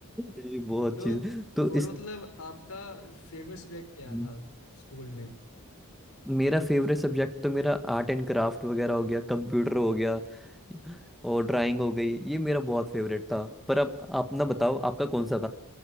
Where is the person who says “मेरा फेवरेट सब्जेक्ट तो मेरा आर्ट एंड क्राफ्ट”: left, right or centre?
Centre